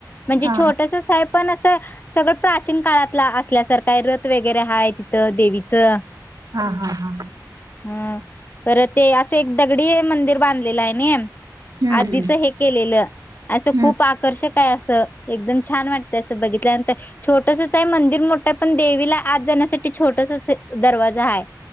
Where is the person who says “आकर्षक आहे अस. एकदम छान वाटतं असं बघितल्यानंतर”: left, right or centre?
Left